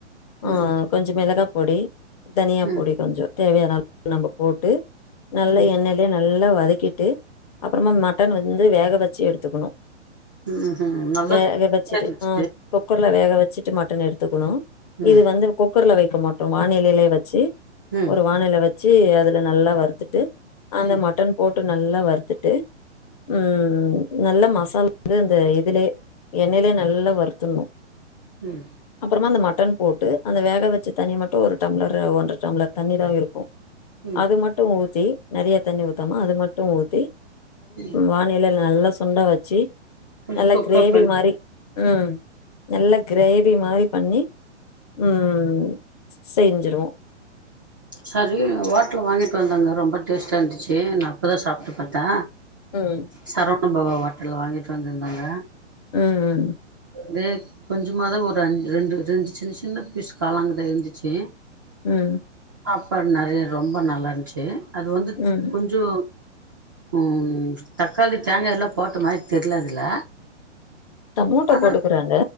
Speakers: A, on the left; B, on the right.
A: ஆ
B: ம் ம்
A: கொஞ்சொ மெளகா பொடி தனியா
B: ம்
A: பொடி கொஞ்சொ தேவையான அளவு நம்ப போட்டு நல்ல
B: ம்
A: எண்ணெய து நல்லா வதக்கிட்டு அப்பறமா மட்டன் வந்து வேக வச்சு எடுத்துக்குணு
B: ம் ம் நல்லா
A: வேக வச்சுட்டு
B: இருந்துச்சு
A: ஆ குக்கர்ல வேக வச்சுட் சி மட்டன் எடுத்துக்குணு
B: ம்
A: இது வந்து குக்கர்ல வைக்க மாட்டோ வானலிலயே வச்சு
B: ம்
A: ஒரு வானலில வச்சு அதுல நல்லா வறுத்துட்டு அந்த
B: ம்
A: மட்டன் போட்டு நல்லா வறுத்துட்டு ம் நல்ல மசாலா வந்து அந்த இதுலே எண்ணெயிலே நல்லா வருத்துணு
B: ம்
A: அப்பறமா அந்த மட்டன் போட்டு அந்த வேக வச்ச தண்ணி மட்டு ஒரு டம்ளர் ஒன்ற டம்ளர் தண்ணி தா இருக் கு
B: ம்
A: அது மட்டு ஊத்தி நறைய தண்ணி ஊத்தாம அது மட்டு ஊத்தி
B: ம்
A: வானிலில நல்லா சுண்ட வச்சி
B: கொஞ்சோ
A: நல்லா
B: தொக்கா
A: கிரேவி
B: பண்ணி
A: மாரி ம் நல்ல கிரேவி மாரி பண்ணி ம் செஞ்சிருவோ
B: சரி ஓட்டல வாங்கிட்டு வந்தாங்க ரொம்ப டேஸ்ட்டா இருந்துச்சு நா அப்பதா சாப்ட்டு பாத்த
A: ம்
B: சரவண பவா ஹோட்டல்ல வாங்கிட்டு வந்திருந்தாங்க
A: ம் ம்
B: தே கொஞ்சமாதா ஒரு அஞ் ரெண்டு இருந் சின்ன சின்ன பீஸ் காளான்தா இருந்துச்சி
A: ம்
B: சாப்பாடு நெறைய ரொம்ப நல்லாருந்ச்சு அது வந்து
A: ம்
B: கொஞ்சொ ம் தக்காளி தேங்காயெல்லா போட்ட மாரி தெர்ல அதுல
A: டமோட்டோ
B: ஆனா
A: போடுக்குறாங்க